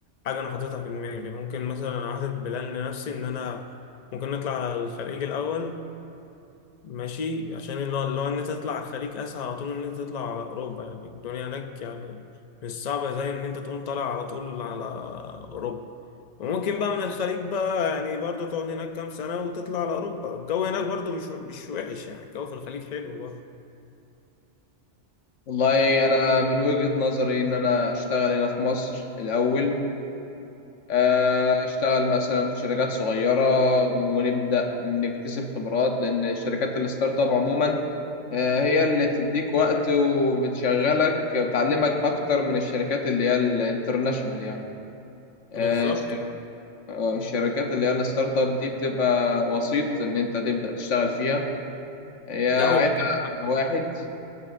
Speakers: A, on the left; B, on the left.
A: حاجة انا حاططها في دماغي ممكن مثلا احدد بلان لنفسي ان انا ممكن نطلع على الخليج الاول ماشي عشان اللي هو اللي هو ان انت تطلع على الخليج اسهل على طول من ان انت تطلع على اوروبا يعني الدنيا هناك يعني مش صعبه زي ان انت تقوم طالع على طول على اوروبا وممكن بقى من الخليج بقى يعني برضه تقعد هناك كام سنه وتطلع على اوروبا الجو هناك برضه مش مش وحش يعني الجو في الخليج حلو برضه
B: والله انا من وجهة نظري ان انا اشتغل هنا في مصر الاول آه، اشتغل مثلا في شركات صغيره ونبدا نكتسب خبرات لان شركات الستارت اب عموما آه، هي اللي بتديك وقت وبتشغلك بتعلمك اكتر من الشركات اللي هي الانترناشونال يعني آه،
A: بالظبط
B: آه، الشركات اللي هي الستارت اب دي بتبقى وسيط ان انت تبدأ تشتغل فيها هي
A: لا
B: عيبها
A: بتبقى
B: واحد